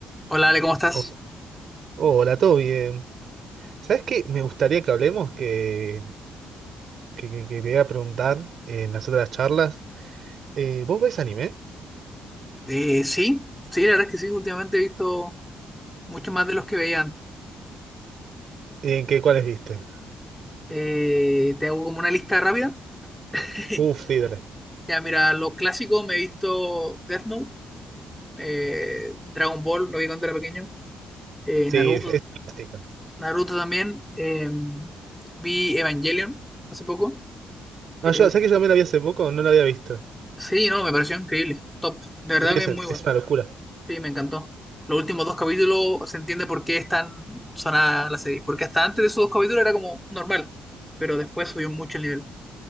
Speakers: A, in the centre; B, on the right.
A: Hola Ale, ¿cómo estás?
B: Oh, hola, todo bien. ¿Sabes qué? Me gustaría que hablemos, que, que, que- que te iba a preguntar en las otras charlas. Eh, ¿vos ves anime?
A: Eh, sí, sí, la verdad es que sí, últimamente he visto mucho más de los que veía antes.
B: ¿En qué cuáles viste?
A: Eh, te hago como una lista rápida. <laughs>
B: Uf, sí, dale.
A: Ya, mira, los clásicos me he visto Death Note, eh, Dragon Ball, lo vi cuando era pequeño, eh,
B: Sí,
A: Naruto,
B: es, es clásica.
A: Naruto también, eh, vi Evangelion hace poco.
B: No,
A: Eh,
B: yo, ¿sabes que yo también la vi hace poco? No la había visto.
A: sí, no, me pareció increíble, top, de verdad
B: No tiene
A: que
B: sen-
A: es muy
B: es
A: bueno.
B: una locura.
A: Sí, me encantó. Los últimos dos capítulos se entiende por qué es tan sonada la serie. Porque hasta antes de esos dos capítulos era como normal, pero después subió mucho el nivel.